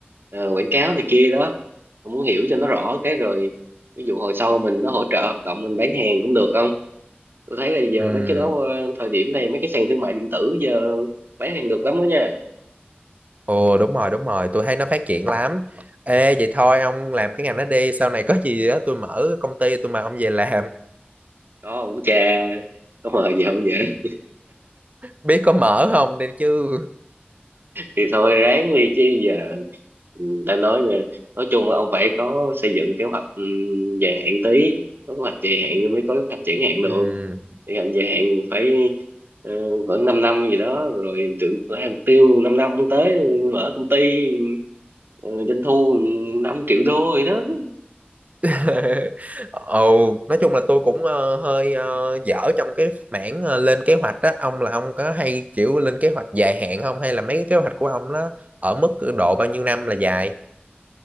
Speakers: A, on the right; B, on the right.
A: ờ, quảng cáo này kia đó Tôi muốn hiểu cho nó rõ cái rồi ví dụ hồi sau mình nó hỗ trợ hoạt động mình bán hàng cũng được không tôi thấy là giờ
B: ừ
A: mấy cái đó ờ, thời điểm này mấy cái sàn thương mại điện tử giờ bán hàng được lắm đó nha
B: ồ đúng rồi đúng rồi tôi thấy nó phát triển lắm Ê vậy thôi ông làm cái ngành đó đi Sau này có gì á tôi mở công ty tôi mời ông về làm
A: có ông cha có mời gì không vậy
B: biết có mở không đây chứ
A: thì thôi ráng đi chứ giờ ừ, đã nói rồi nói chung là ông phải có xây dựng kế hoạch ừ, dài hạn tí có kế hoạch dài hạn mới có kế hoạch triển hạn được
B: ừ.
A: thì hạn dài hạn phải ờ, khoảng 5 năm gì đó rồi tưởng hai mục tiêu 5 năm tới mở công ty ờ, doanh thu 5 triệu đô gì đó
B: <laughs> Ồ, nói chung là tôi cũng ờ, hơi ờ, dở trong cái mảng ờ, lên kế hoạch đó ông là ông có hay kiểu lên kế hoạch dài hạn không hay là mấy cái kế hoạch của ông nó ở mức độ bao nhiêu năm là dài